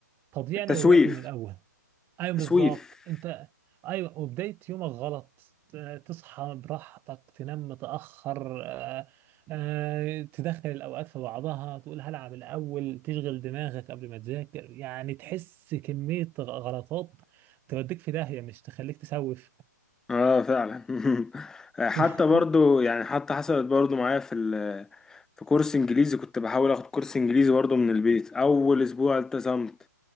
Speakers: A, on the right (about 20°); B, in the centre.
A: تضييعنا
B: التسويف
A: للوقت من الاول ايوه
B: تسويف
A: بالظبط انت ايوه وبدايه يومك غلط ت- تصحى براحتك تنام متاخر آه، آه، تدخل الاوقات في بعضها تقول هلعب الاول تشغل دماغك قبل ما تذاكر يعني تحس كميه غ- غلطات توديك في داهيه مش تخليك تسوف
B: اه فعلا <laughs> حتى
A: <laughs>
B: برضو يعني حتى حصلت برضو معايا في ال في كورس انجليزي كنت بحاول اخد كورس انجليزي برضو من البيت اول اسبوع التزمت